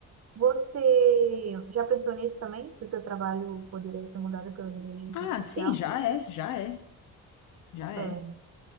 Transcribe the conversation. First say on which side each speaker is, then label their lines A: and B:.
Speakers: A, on the right; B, on the left.
A: Você já pensou nisso também? Se o seu trabalho poderia ser mudado pela inteligência
B: Ah,
A: artificial?
B: sim, já é, já é, já é.
A: É.